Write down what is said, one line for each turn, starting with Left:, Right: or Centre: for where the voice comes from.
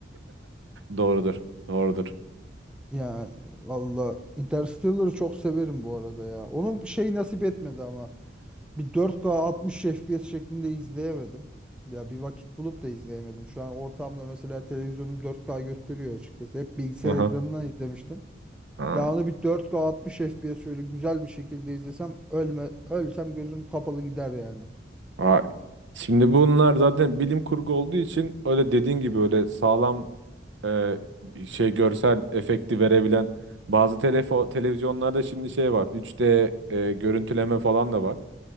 Right: Doğrudur. Doğrudur.
Centre: Yani valla Interstellar'ı çok severim bu arada ya. Onun şey nasip etmedi ama. Bir dört k 60 FPS şeklinde izleyemedim. Ya bir vakit bulup da izleyemedim. Şu an ortamda mesela televizyonum dört k gösteriyor açıkçası. Hep bilgisayar
Right: Aha.
Centre: ekranından izlemiştim.
Right: Aa.
Centre: Ya onu bir dört k 60 FPS şöyle güzel bir şekilde izlesem ölme ölsem gözüm kapalı gider yani.
Right: Aa, şimdi bunlar zaten bilim kurgu olduğu için öyle dediğin gibi öyle sağlam e, şey görsel efekti verebilen bazı telefo televizyonlarda şimdi şey var 3D e, görüntüleme falan da var.